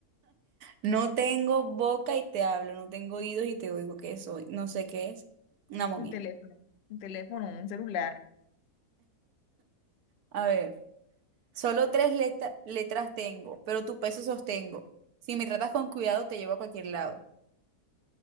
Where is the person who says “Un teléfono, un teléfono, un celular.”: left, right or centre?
Left